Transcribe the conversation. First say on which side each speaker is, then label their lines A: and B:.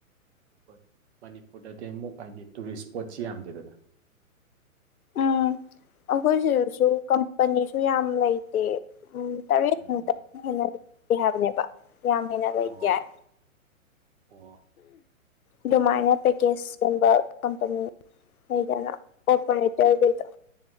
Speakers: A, on the right (about 50°); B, on the left (about 85°).
A: ꯍꯣꯏ ꯃꯅꯤꯄꯨꯔꯗꯗꯤ ꯑꯃꯨꯛ ꯍꯥꯏꯗꯤ ꯇꯨꯔꯤꯁ ꯏꯁꯄꯣꯠꯁꯤ ꯌꯥꯝꯗꯦꯗꯅ
B: ꯎꯝ ꯑꯩꯈꯣꯏ ꯁꯤꯗꯁꯨ ꯀꯝꯄꯅꯤꯁꯨ ꯌꯥꯝ ꯂꯩꯇꯦ ꯎꯝ ꯇꯔꯦꯠꯃꯨꯛꯇ
A: ꯎꯝ
B: ꯍꯦꯟꯅ ꯂꯩꯇꯦ ꯍꯥꯏꯕꯅꯦꯕ ꯌꯥꯝ ꯍꯦꯟꯅ ꯂꯩꯇꯦ
A: ꯑꯣ
B: ꯍꯥꯏ
A: ꯑꯣ
B: ꯑꯗꯨꯃꯥꯏꯅ ꯄꯦꯀꯦꯖꯀꯨꯝꯕ ꯀꯝꯄꯅꯤ ꯍꯩꯒꯅ ꯑꯣꯄꯟꯇ ꯑꯣꯏꯒꯗꯣ